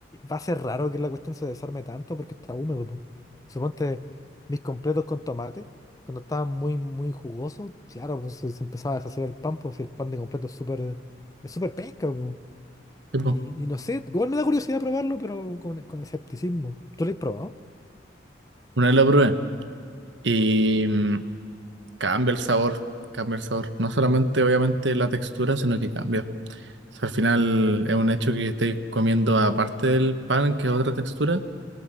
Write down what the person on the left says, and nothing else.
va a ser raro que la cuestión se desarme tanto porque está húmedo, po. Suponte mis completos con tomate, cuando estaban muy, muy jugosos, claro, pues se, se empezaba a deshacer el pan, pues si el pan de completo es súper, es súper penca, po.
Y,
y no sé, igual me da curiosidad probarlo, pero con, con escepticismo. ¿Tú lo has probado?